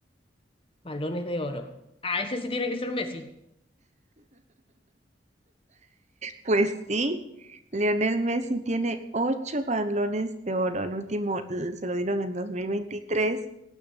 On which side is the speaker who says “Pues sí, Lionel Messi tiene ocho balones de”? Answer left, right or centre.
Right